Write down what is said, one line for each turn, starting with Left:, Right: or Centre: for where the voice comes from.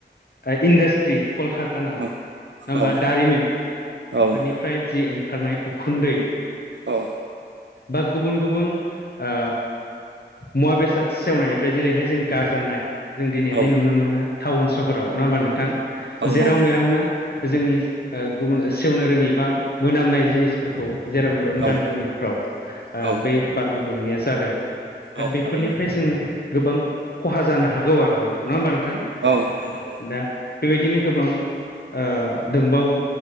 Left: आ इन्डास्ट्रि कल कारखाना नङा
Right: औ
Left: होमबा
Right: औ
Left: दारिमिन
Right: औ
Left: बेफोरनिफ्राय जि ओंखारनाय उखुन्दै
Right: अ
Left: बा गुबुन गुबुन ओ मुवा बेसाद सेवनायनिफ्राय जेरैहाय जों गारजानाय जों दिनैहाय
Right: औ
Left: नुनो मोनो टाउन सहराव नङा होमबा नोंथां?
Right: औ
Left: जेराव
Right: नंगौ नोंथां
Left: मेरावनो जोंनि ओ गुबुन सेवनो रोङि बा मोनामनाय जिनिस फोरखौ जेराव मेरावनो
Right: औ
Left: गानना दोननायफ्राव आ
Right: औ
Left: बै बार गुबुंलेनाया जादों। दा
Right: औ
Left: बेफोरनिफ्राय
Right: थारैनो
Left: जोङो गोबां खहा जानो हागौ आरो नोंथां। नङा होमबा नोंथां?
Right: औ <inaudible>
Left: दा बेबायदिनो गोबां ओ दोंबावो।